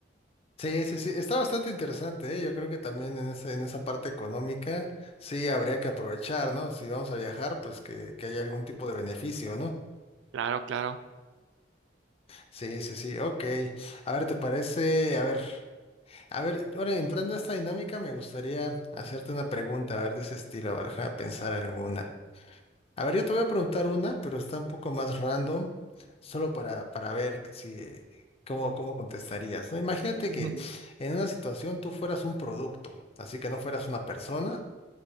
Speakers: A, on the left; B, on the right.
A: Sí, sí, sí, está bastante interesante, ¿eh? Yo creo que también en esa, en esa parte económica sí habría que aprovechar, ¿no? Si vamos a viajar, pues que, que haya algún tipo de beneficio, ¿no?
B: Claro, claro.
A: Sí, sí, sí, ok. A ver, ¿te parece? A ver, a ver, ahora entrando a esta dinámica, me gustaría hacerte una pregunta, a ver, de ese estilo, a ver, déjame pensar alguna. A ver, yo te voy a preguntar una, pero está un poco más random, solo para, para ver que si, cómo, cómo contestarías, ¿no? Imagínate
B: <laughs>
A: que en una situación tú fueras un producto, así que no fueras una persona